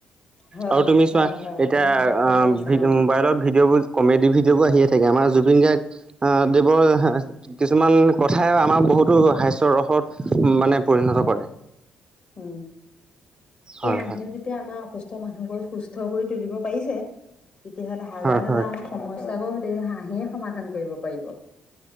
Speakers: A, on the left (about 50°); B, on the right (about 25°).
A: হয়
B: আৰু তুমি
A: হয়
B: চোৱা
A: হয়
B: এতিয়া
A: তুমি ভাল
B: আ
A: কথাই কৈছা অ
B: মোবাইলত ভিডিঅ' বোৰ কমেডি ভিডিঅ' বোৰ আহিয়ে থাকে আমাৰ জুবিন গাৰ্গ আহ দেৱৰ কিছুমান কথাই আমাক বহুতো হাস্যৰসত মানে পৰিণত কৰে।
A: উম,
B: হয়
A: সেই হাঁহিয়ে
B: হয়
A: যে যেতিয়া আমাৰ অসুস্থ মানুহবোৰ সুস্থ কৰি তুলিব পাৰিছে তেতিয়াহলে হাজাৰ
B: হয়
A: হাজাৰ
B: হয়
A: আমাক সমস্যাবোৰ হৈ থাকিলে হাঁহিয়ে সমাধান কৰিব পাৰিব।